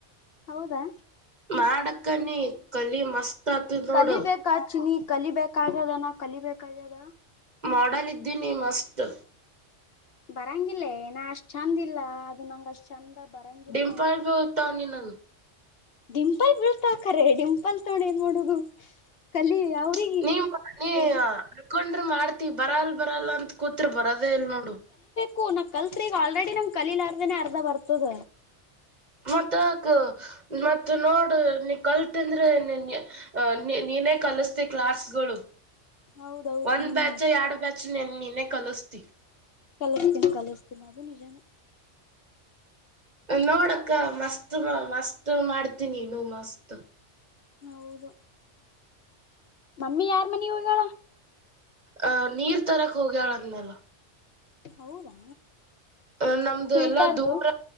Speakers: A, on the left; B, on the right.
A: ಹೌದಾ.
B: ಮಾಡಕ್ಕನಿ ಕಲಿ ಮಸ್ತ್. ಆತದ್ ನೋಡು
A: ಕಲಿಬೇಕಾಳ್ ಚಿನ್ನಿ ಕಲಿಬೇಕಾಗ್ಯದ ನಾ ಕಲಿಬೇಕಾಗ್ಯದ.
B: ಮೋಡಲ್ ಇದ್ದೀನಿ ಮಸ್ತ್
A: ಬರಂಗಿಲ್ಲೇನ ನಾ ಅಷ್ಟ್ ಚಂದ ಇಲ್ಲ ಅದು ನಂಗ ಅಷ್ಟ್ ಚಂದ. ಬರಂಗಿಲ್
B: ಡಿಂಪಲ್ ಬೀಳ್ತಾತವ ನಿನಗ ಟ್ಟ್
A: ಡಿಂಪಲ್ ಬೀಳ್ತಾ ಕರೆ ಡಿಂಪಲ್ ತೊಂಡ ಏನು ಮಾಡೋದು ಕಲಿ. ಅವ್ರಿಗೆ
B: ಪ್ಚ್ ನೀ ನೀ
A: ರೆಡಿ
B: ಅನಕೊಂಡ್ರ ಮಾಡ. ತಿ ಬರಲ್ಲ ಬರಲ್ಲ ಅಂತ. ಕೂತರ ಬರೋದೇ ಇಲ್ಲ ನೋಡು.
A: ಕು ನಾ ಕಲ್ತ್ ಈಗ ಆಲದ್ರಡಿ ನಂಗ ಕಲೀಲಾರ್ದ ಅರ್ದನೆ ಅರ್ಧ ಬರ್ತದ.
B: ಮತ್ತ್ಯಾಕ ಮತ್ತ್ ನೋಡ್ ನೀ ಕಲ್ತಂದ್ರೆ ನಿ ನಿ ನೀನೇ ಕಲಸ್ತಿ ಕ್ಲಾಸ್ಗಳು.
A: ಹೌದೌದು
B: ಒಂದ
A: ಹ್ಮ್
B: ಬ್ಯಾಚ್ ಎರಡು ಬ್ಯಾಚ್. ನಿನ್ನ ನೀನೇ ಕಲಸ್ತಿ
A: ಕಲಸ್ತೇನಿ ಕಲಿಸ್ತೀನಿ ಅದು ನಿಜಾನೇ.
B: ನೋಡಕ್ಕ ಮಸ್ತ್ ಮಸ್ತ್ ಮಾಡ್ತೀನಿ ನಿನು ಮಸ್ತ್
A: ಹೌದು. ಮಮ್ಮಿ ಯಾರ್ ಮನಿಗೆ ಹೋಗ್ಯಾಳ
B: ಅಹ ನೀರ್ ತರಕ್ ಹೋಗ್ಯ್ಯಾಳ ಅದ್್ಮೇಲ್ಲ
A: ಹೌದಾ
B: ಅ ನಮ್ದು
A: ಫಿಲ್ಟರ್ದು
B: ಎಲ್ಲಾ ದೂರ